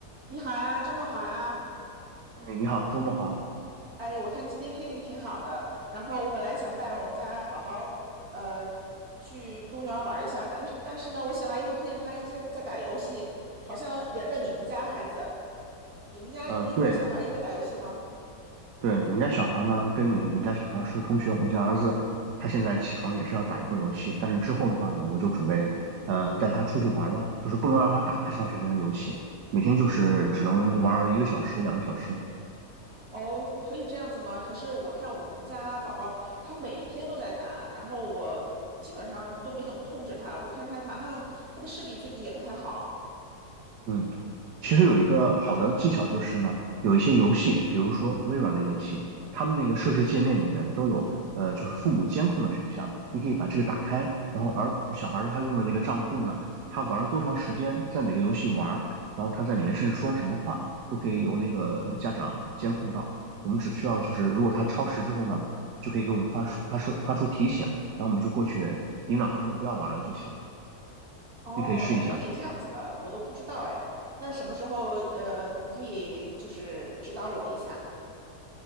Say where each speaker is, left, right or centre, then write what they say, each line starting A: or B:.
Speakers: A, on the right; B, on the right.
A: 你好啊，周末好啊！
B: 哎，你好，周末好。
A: 哎，我看今天天气挺好的，然后我本来想带我们家宝宝，呃，去公园玩一下，但是但是呢，我醒来以后看见他一直在在打游戏，好像连着你们家孩子，你们家那对小孩也在打游戏吗？
B: 嗯，对对，我们家小孩呢，跟你们家小孩是同学。我们家儿子他现在起床也是要打一会儿游戏，但是之后的话呢，我就准备嗯带他出去玩了，就是不能让他打太长时间的游戏，每天就是只能玩儿一个小时、两个小时。
A: 哦，可以这样子吗？可是我看我们家宝宝他每天都在打，然后我基本上都没怎么控制他，我看他马上他的视力最近也不太好。
B: 嗯。其实有一个好的技巧就是呢，有一些游戏，比如说微软的游戏，他们那个设置界面里面都有呃，就是父母监控的选项，你可以把这个打开，然后儿小孩儿他用的那个账户呢，他玩了多长时间，在哪个游戏玩然后他在里面甚至说了什么话，都可以由那个家长监控到。我们只需要就是如果他超时之后呢，就可以给我们发出发出发出提醒，然后我们就过去引导他们不要玩了就行了
A: 哦，
B: 你可以试一下。
A: 还可以这样子的，我都不知道哎。那什么时候呃，你可以就是指导我一下？